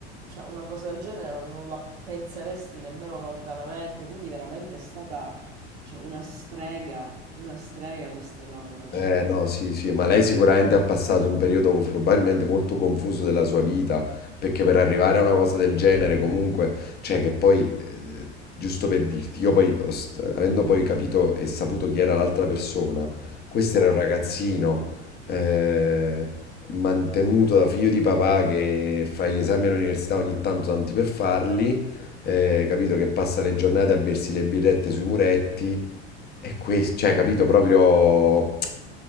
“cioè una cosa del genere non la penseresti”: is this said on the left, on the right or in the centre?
Right